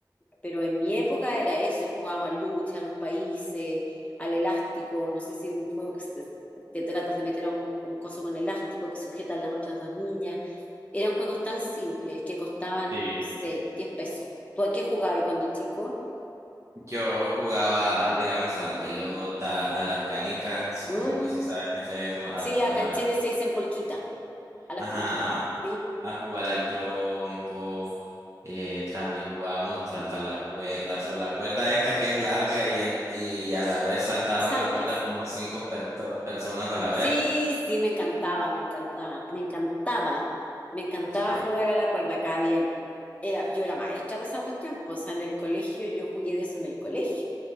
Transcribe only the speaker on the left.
pero en mi época era eso. Jugábamos a lucha, a los países, al elástico. No sé si un juego que se- te tratas de meter a un, un coso con elástico que sujetan las otras dos niñas. Eran juegos tan simples que costaban,
no sé,
10 pesos. ¿Tú a qué jugabas cuando chico?
Mm,
Sí, acá
en Chile se dicen polquita, a las
polquitas, ¿sí?
Y saltas.
Sí,
sí, me encantaba, me encantaba, me encantaba, me encantaba
jugar a la cuerda. Cada día era, yo era maestra para esa cuestión, pues, o sea, en el colegio, yo jugué de eso en el colegio,